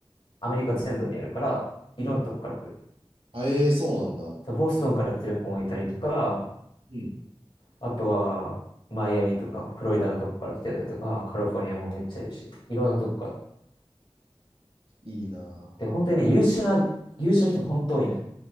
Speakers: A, on the left; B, on the right.
A: アメリカ全土にあるから、いろんなとこから来る。
B: うん。あ、ええそうなんだ。
A: たボストンから来てる子もいたりとか、
B: うん。
A: あとは、マイアミとか、フロリダのとこから来てたりとか、カリフォルニアもめっちゃいるし、いろんなとこから。
B: いいな
A: で、本当にね、優秀な、優秀な人が本当多いのよ。